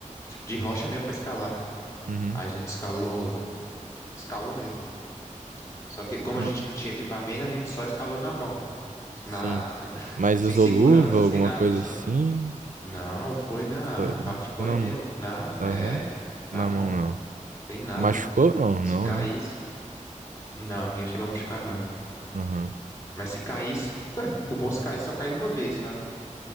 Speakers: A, on the left (about 25°); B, on the right (about 80°).
A: tipo, de rocha mesmo pra escalar.
B: Uhum.
A: Aí a gente escalou, escalou mesmo. Só que como
B: Ah,
A: a gente não tinha equipamento, a gente só escalou na mão, na,
B: Sim.
A: <laughs>
B: Mas
A: sem
B: usou
A: segurança,
B: luva, alguma
A: sem nada,
B: coisa
A: só
B: assim?
A: na... Não, foi na
B: Foi,
A: hardcore
B: foi na
A: mesmo,
B: mão.
A: na,
B: Aham.
A: é, na
B: Na
A: mão,
B: mão, não.
A: sem nada.
B: Machucou? Não,
A: Se
B: não,
A: caísse,
B: né?
A: não, ninguém chegou a machucar, não.
B: Aham.
A: Mas se caísse, o bom é se caísse só caiu uma vez, sabe?